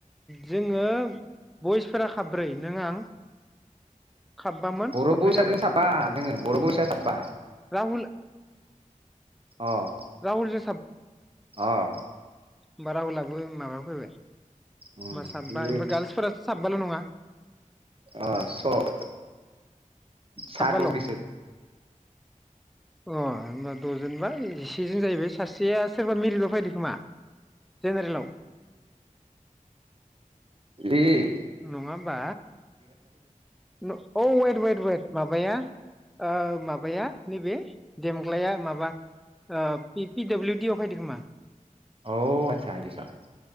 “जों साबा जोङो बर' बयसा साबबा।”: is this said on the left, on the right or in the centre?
Right